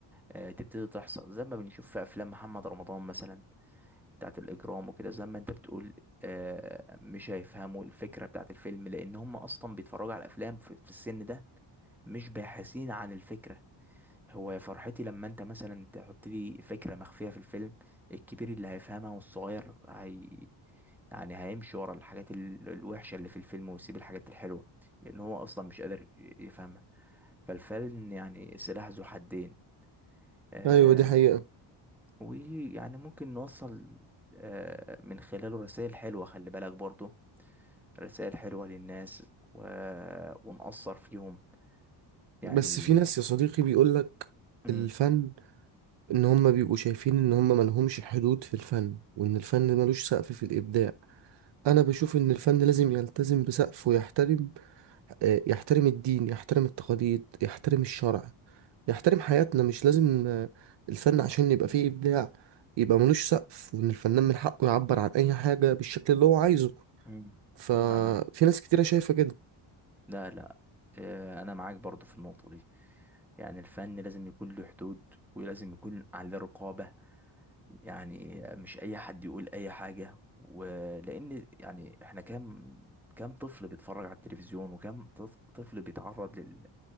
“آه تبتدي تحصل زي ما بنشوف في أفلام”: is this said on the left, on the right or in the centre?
Centre